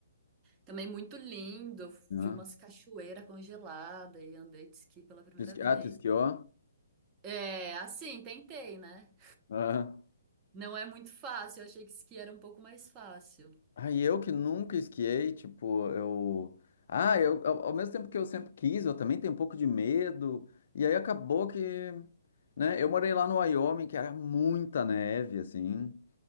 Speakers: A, on the right; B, on the left.
A: Também muito lindo, eu
B: Ah,
A: vi umas cachoeiras congeladas e andei de esqui pela primeira
B: tu esqui-
A: vez.
B: ah, tu esquiou?
A: É, assim, tentei, né?
B: Ah.
A: Não é muito fácil, eu achei que esqui era um pouco mais fácil.
B: Aí eu que nunca esquiei, tipo, eu. Ah, eu, ao ao mesmo tempo que eu sempre quis, eu também tenho um pouco de medo. E aí acabou que, né? Eu morei lá no Wyoming, que era muita neve, assim.